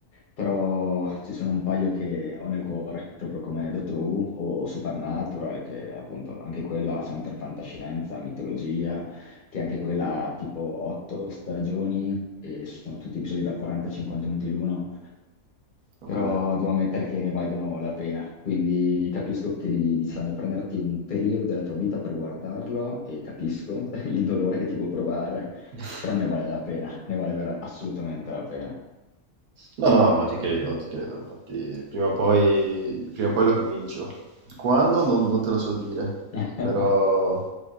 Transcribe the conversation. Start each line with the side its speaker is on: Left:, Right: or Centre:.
Left: però ci sono un paio che ho nel cuore, proprio come Doctor Who o Supernatural, che appunto anche quella sempre fantascienza, mitologia, che anche quella ha tipo 8 stagioni e sono tutti episodi da 40-50 minuti l'uno,
Right: Ok.
Left: però devo ammettere che ne valgono la pena. Quindi capisco che devi, diciamo, prenderti un periodo della tua vita per guardarlo e capisco <laughs> il dolore che ti può provare,
Right: <laughs>
Left: però ne vale la pena, ne vale vera- assolutamente la pena.
Right: No, no, ma ti credo, ti credo, infatti prima o poi, prima o poi lo comincio. Quando? Non, non te lo so dire,
Left: <laughs>
Right: però